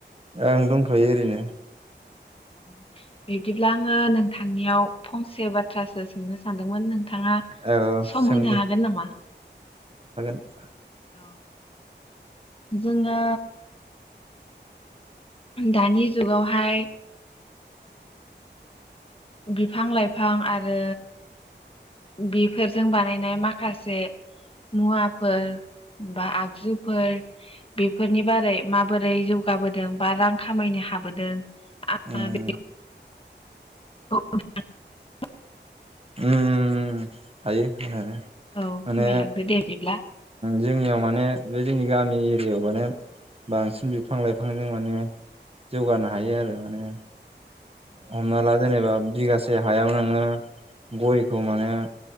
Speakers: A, on the right; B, on the left.
A: ओं दंथ'यो ओरैनो
B: औ बिब्दिब्ला आङो नोंथांनियाव फंसे बाथ्रासो सोंनो सानदोंमोन नों नोंथाङा
A: औ औ
B: सम
A: सों
B: होनो हागोन नामा
A: ओ
B: औ जोङो दानि जुगावहाय बिफां लाइफां आरो बेफोरजों बानायनाय माखासे मुवाफोर बा आगजुफोर बेफोरनि बारै माबोरै जौगाबोदों बा रां खामायनो हाबोदों
A: उम
B: आ बे <unintelligible>
A: उम हायो हानायालाय।
B: औ फोरमायलांदो
A: माने
B: दे बिदिब्ला
A: जोंनियाव मा माने बे जोंनि गामि एरियायाव माने बांसिन बिफां लाइफांजों माने जौगानो हायो आरो माने। हमना ला जेनेबा बिगासे हायाव नोङो गयखौ माने